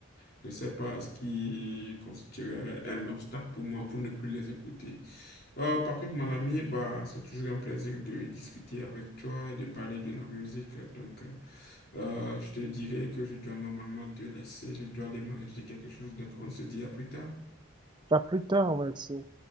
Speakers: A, on the left; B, on the right.
A: Je ne sais pas ce qui constituerait un obstacle pour moi pour ne plus les écouter. Euh, par contre, mon ami, bah, c'est toujours un plaisir de discuter avec toi, de parler de la musique. Donc, euh, euh, je te dirais que je dois normalement te laisser, je dois aller manger quelque chose. Donc, on se dit à plus tard.
B: À plus tard, ouais, c'est-